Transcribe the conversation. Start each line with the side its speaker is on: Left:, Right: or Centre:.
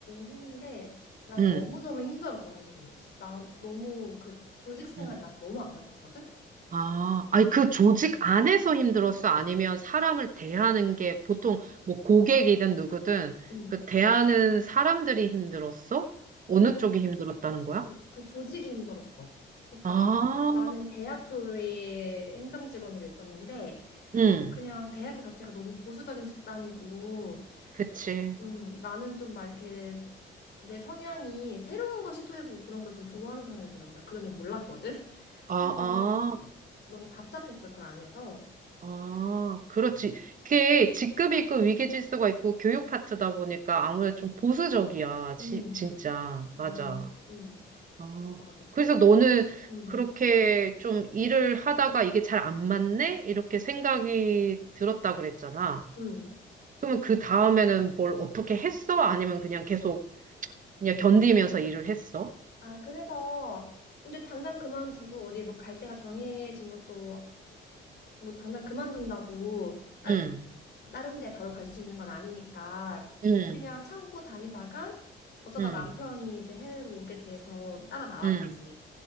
Left: 했는데 난
Right: 음,
Left: 너무너무 힘들었어 사실은 난 너무 그 조직 생활이
Right: 음.
Left: 난 너무 안 맞았거든
Right: 아, 아니, 그 조직 안에서 힘들었어? 아니면 사람을 대하는 게 보통 뭐 고객이든 누구든
Left: 음
Right: 그 대하는 사람들이 힘들었어? 어느
Left: 그냥 그,
Right: 쪽이 힘들었다는 거야?
Left: 그, 그 조직이 힘들었어 그러니까
Right: 아,
Left: 나는 대학교에 행정직원으로 있었는데
Right: 응,
Left: 그냥 대학교 자체가 너무 보수적인 집단이고
Right: 그치.
Left: 음 나는 좀 막 이렇게 내 성향이 새로운 걸 시도해보고 그런 걸 좀 좋아하는 성향이더라고 나 그전에 몰랐거든 <laughs>
Right: 아,
Left: 그래서
Right: 아,
Left: 너무 답답했어 그 안에서
Right: 아, 그렇지. 그게 직급이 있고 위계질서가 있고 교육 파트다 보니까 아무래도 좀 보수적이야.
Left: 음
Right: 지, 진짜. 맞아.
Left: 음, 음.
Right: 아,
Left: 맞아.
Right: 그래서
Left: 그래서,
Right: 너는
Left: 음,
Right: 그렇게 좀 일을 하다가 이게 잘 안 맞네? 이렇게 생각이 들었다 그랬잖아.
Left: 음.
Right: 그러면 그 다음에는 뭘 어떻게 했어? 아니면 그냥 계속 그냥 견디면서 일을 했어?
Left: 아, 그래서, 근데 당장 그만두고 어디 뭐 갈 데가 정해진 것도, 뭐 당장 그만둔다고, 아,
Right: 응,
Left: 다른 데 바로 갈 수 있는 건 아니니까,
Right: 응,
Left: 그냥 참고 다니다가, 어쩌다
Right: 응,
Left: 남편이 이제 해외로 오게 돼서 따라 나왔지.
Right: 응.